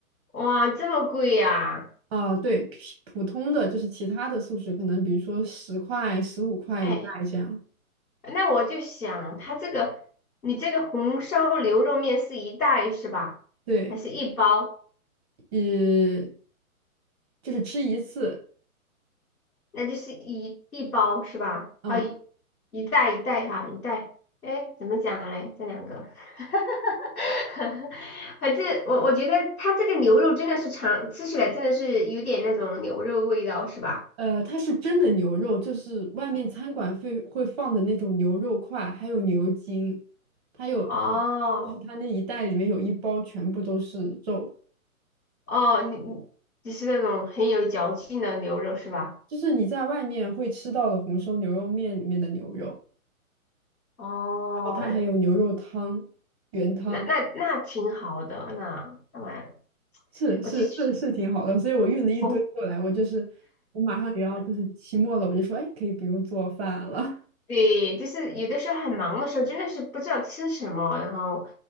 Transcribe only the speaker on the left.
哇，这么贵呀、
哎。那我就想，它这个你这个红烧牛肉面是一袋是吧？
还是一包？
那就是一一包是吧？
啊、一一袋一袋哈，一袋。哎，怎么讲嘞？这两个，<laughs> 反正我我觉得它这个牛肉真的是尝吃起来真的是有点那种牛肉味道是吧？
哦
哦，你你就是那种很有嚼劲的牛肉是吧？
哦，
那那那挺好的，那那蛮，
我就去
哦，
对，就是有的时候很忙的时候，真的是不知道吃什么，然后